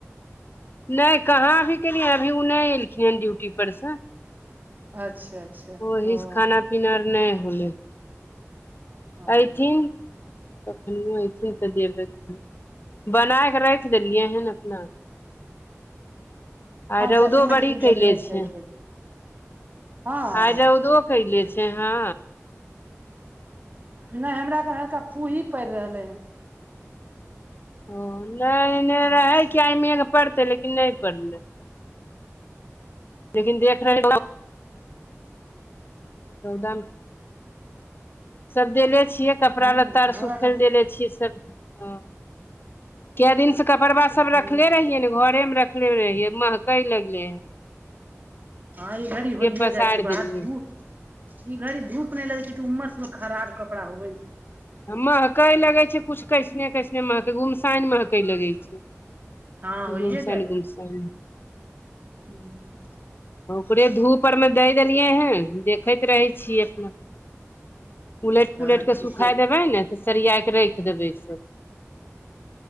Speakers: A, on the left; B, on the right.
A: नहि कहाँ अभी केलियै अभी उ नहि एलखिन हन ड्यूटी पर से
B: अच्छा अच्छा
A: ओही
B: ओ
A: से खाना पीना आर नै होलै
B: हँ
A: ऐथिन कखनियों ऐथिन तऽ देबै बनाय के रखि रखि देलियै हन अपना आइ रौदो
B: जखने
A: बड़ी
B: एथिन
A: कैले
B: जखने
A: छै
B: खेतै हँ
A: आइ रौदो कैले छै हँ
B: नहि हमरा घर हल्का फूहीं पड़ि रहलै हन
A: ओ नहि एने
B: हन
A: रहै कि आय मेघ पड़तै लेकिन नहि पड़लै लेकिन देख रहल <unintelligible> रौदा सब देले छियै कपड़ा
B: हूं
A: लत्ता आर
B: हमरा
A: सुखैल
B: तऽ
A: देले छियै सब हँ कै दिन से कपड़वा सब
B: हूं
A: रखले रहियै ने घरेमे रख रखले रहियै महकइ लगलै
B: हँ ई घड़ी होइए
A: पसारि
B: जाइ छै बाहर
A: देलियै
B: धूप ई घड़ी धूप नै लगै छै तऽ उम्मस मे खराब कपड़ा होवै
A: महकइ लगै छै कुछ कैसने कैसने महकइ गुमसानि महक लगै छै
B: हँ होइये
A: गुमसैनि गुमसैनि
B: हूंम्म
A: ओकरे धूप आरमे दै देलियै हन देखैत रहै छियै अपना उलटि
B: हँ
A: पुलटि के
B: ठीके
A: सुखाइ देबै ने तऽ सरियाके राखि देबै से